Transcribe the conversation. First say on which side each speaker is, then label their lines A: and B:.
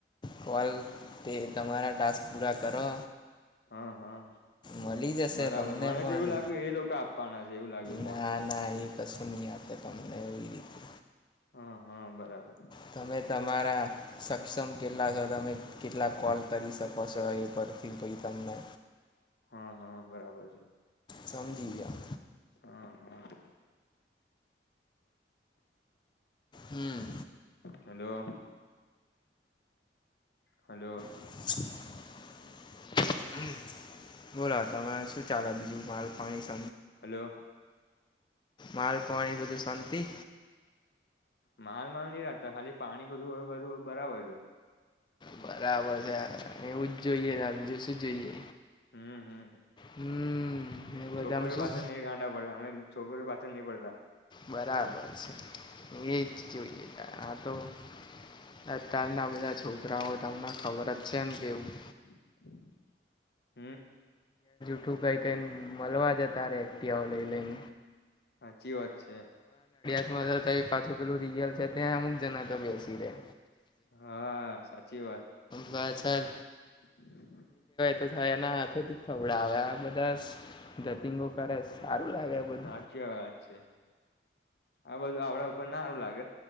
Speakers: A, on the left; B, on the left.
A: કોલ તે તમારા ટાસ્ક પૂરા કરો.
B: હા હા
A: મળી જશે
B: બરાબર.
A: તમને
B: મને
A: પણ
B: તો એવું લાગ્યું એ લોકો આપવાના છે એવું લાગ્યું ફોન.
A: ના
B: <inaudible>
A: ના એ કશું નહીં આપે તમને એવી રીતે
B: હં હ બરાબર.
A: તમે તમારા સ ક્ષમ કેટલા છો. તમે કેટલા કોલ કરી શકો છો એ પરથી પઈ તમને
B: હા હા બરાબર છે.
A: સમજી ગ્યા.
B: હા હા
A: હમ
B: હલો હલો
A: <unintelligible> બોલો તમારે શું ચાલે? બીજું માલ પાણી સ
B: હલો
A: માલ પાણી બધું શાંતિ?
B: માલ બાલ નહી રાખતા. ખાલી પાણી બધું બધું બરાબર છે.
A: બરાબર છે એવું જ જોઈએ તા બીજું શું જોઈએ.
B: હમ હમ
A: હમ એ બધામ
B: છોકરીઓ
A: શું
B: પાછળ નહી ગાંડા પડે. અમે છોકરી પાછળ નહી પડ
A: બરાબર છે. એજ જોઈએતા આ તો આ અતારના બધા છોકરાઓ તમને ખબર જ છે ને કેવું
B: <unintelligible>
A: એવું કહી કેન મલવા જતા રે એકટીવાઓ લઈ લઈન.
B: હાચી વાત છે.
A: <unintelligible> તો પાછું પેલું રિયલ છે ત્યાં અમુક જના તો બેસી રેહ.
B: હા, સાચી વાત.
A: પાછા
B: <inaudible>
A: થાય. એના હાથેથી ખવડાવે આ બધા ધતીંગો કરે છ. સારું લાગે આ બધું?
B: સાચી વાત છે આ બધું આપડા ઉપર ના હારુ લાગે.